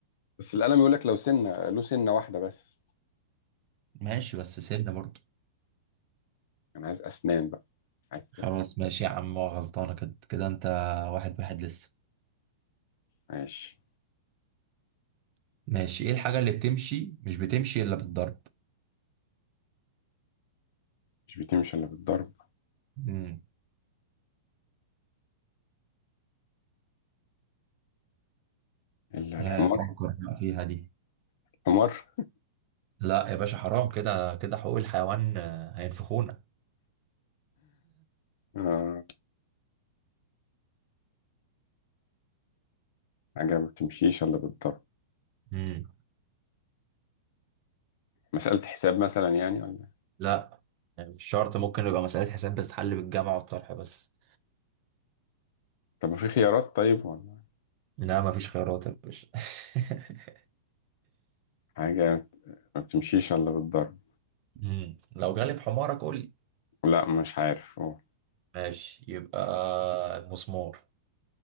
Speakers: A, on the left; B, on the right.
A: بس القلم يقول لك لو سنه له سنه واحده بس
B: ماشي بس سن برضه
A: انا عايز اسنان بقى عايز سن
B: خلاص ماشي يا عم هو غلطانة كده كده انت واحد واحد لسه
A: ماشي
B: ماشي ايه الحاجة اللي بتمشي مش بتمشي الا بالضرب
A: مش بتمشي الا بالضرب
B: امم
A: الا
B: ها،
A: الحمار
B: فكر بقى فيها دي
A: حمار
B: لا يا باشا حرام كده كده حقوق الحيوان آه، هينفخونا
A: آه حاجه ما بتمشيش الا بالضرب
B: امم
A: مساله حساب مثلا يعني ولا
B: لا يعني مش شرط ممكن يبقى مسألة حساب بتتحل بالجمع والطرح بس
A: طب ما في خيارات طيب ولا
B: لا مفيش خيارات يا باشا <laughs>
A: حاجه ما بتمشيش الا بالضرب
B: امم لو غالب حمارك قول لي
A: لا مش عارف اه
B: ماشي يبقى المسمار